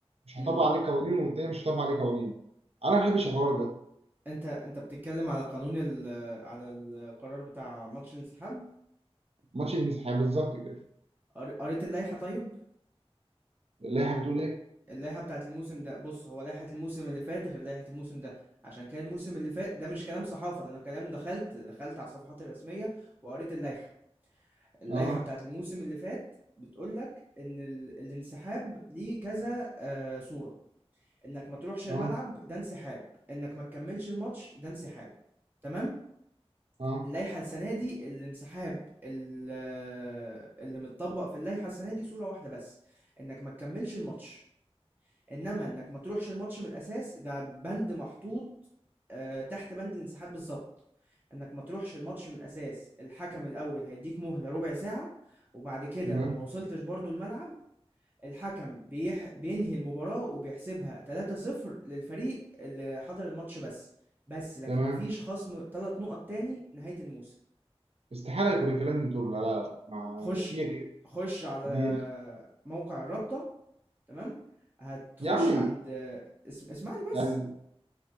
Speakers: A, on the right; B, on the right.
A: مش
B: امم
A: هطبق عليه قوانين والتاني مش هطبق عليه قوانين انا ما بحبش الحوار ده
B: انت انت بتتكلم على قانون ال على القرار بتاع ماتش الانسحاب
A: ماتش المسيحية بالظبط كده
B: قر- قريت اللائحه طيب
A: اللائحه بتقول ايه
B: اللائحة بتاعت الموسم ده بص هو لائحة الموسم اللي فات غير لائحة الموسم ده عشان كده الموسم اللي فات ده مش كلام صحافة ده انا كلام دخلت دخلت على الصفحات الرسمية وقريت اللائحة اللائحة
A: اه
B: بتاعت الموسم اللي فات بتقولك ان ال... الانسحاب ليه كذا آه صورة انك ما تروحش
A: اه
B: الملعب ده انسحاب انك ما تكملش الماتش ده انسحاب تمام
A: اه
B: اللائحة السنة دي الانسحاب ال- آه، اللي متطبق في اللائحة السنة دي صورة واحدة بس انك ما تكملش الماتش انما انك ما تروحش الماتش من الاساس ده بند محطوط آه، تحت بند الانسحاب بالظبط انك ما تروحش الماتش من الاساس الحكم الاول هيديك مهلة ربع ساعة وبعد كده
A: تمام
B: لو ما وصلتش برضو الملعب الحكم بيح... بينهي المباراة وبيحسبها 3-0 للفريق اللي حضر الماتش بس بس لكن
A: تمام
B: ما فيش خصم 3 نقط تاني نهاية الموسم
A: استحاله يكون الكلام ده طول لا لا لا ما
B: خش
A: في ك-
B: خش على
A: دي
B: موقع الرابطة تمام هتخش
A: يا عمي
B: عند اسم... اسمعني بس
A: يعني